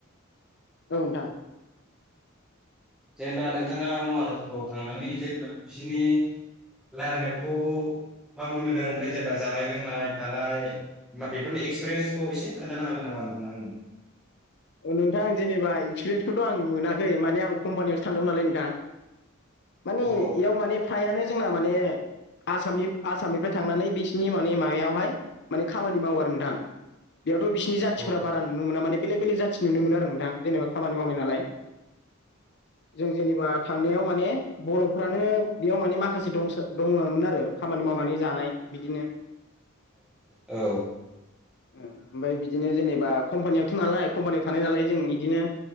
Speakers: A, on the left; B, in the centre.
A: औ नोंथां।
B: जेनेबा नोंथाङा महाराष्ट्रआव थांनानै जेनेबा बिसोरनि रायलायनायफोरखौ मावदि मोनदों ओमफ्राय जेनेबा जानाय लोंनाय थानाय बेफोरनि एक्सपिरियेन्सखौ एसे खोन्थानो हागोन नामा नोंथाङा आंनो
A: अ नोंथां जेनेबा एक्सपिरियेन्स फोरथ' आं मोनाखै माने आं कम्पानियावसो थांदोंमोन नालाय नोंथां। माने
B: आंनो औ
A: इयाव माने फ्रायानो जोंना माने आसामनि आसामनिफ्राय थांनानै बिसिनि माने माबायावहाय माने खामानि मावो आरो नोंथां। बेयावथ' बिसिनि जाथिफफोरा
B: औ
A: बारा नुनो मोना माने बेलेग बेलेग जाथि नुनो मोनमोन आरो नोंथां जेनेबा खामानि मावनाय नालाय। जों जेनेबा थांनायाव माने बर'फ्रानो बेयाव माने माखासे दं दंङोमोन आरो। खामानि मावनानै जानाय बिदिनो
B: औ
A: ओमफ्राय बिदिनो जेनेबा कम्पानियावथ' नालाय कम्पानियाव थानाय नालाय जों बिदिनो